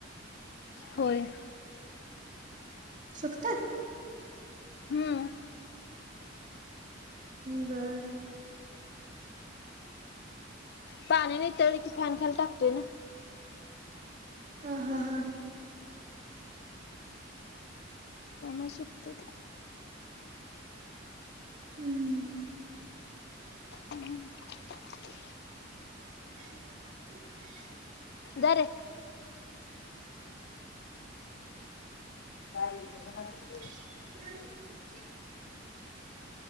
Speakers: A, on the left; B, on the right.
A: होय
B: सुखत्यात.
A: हम
B: बरं
A: पाणी नीतळल कि फॅन खाली टाकतोय की.
B: ह हा हा
A: त्यामुळें सुकतंय.
B: हम्म
A: हम्म <unintelligible>
B: ह <inaudible>
A: दरे <unintelligible> काय मनस <unintelligible>
B: ह <unintelligible>